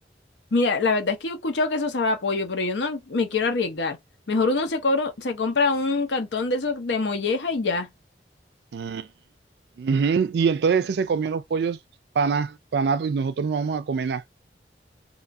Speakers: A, on the left; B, on the right.
A: Mira, la verdad es que yo he escuchado que eso sabe a pollo, pero yo no me quiero arriesgar. Mejor uno se cobra, se compra un cartón de esos de molleja y ya.
B: Mm, Ujú, Y entonces ese se comió los pollos para nada, para nada, y nosotros no vamos a comer nada.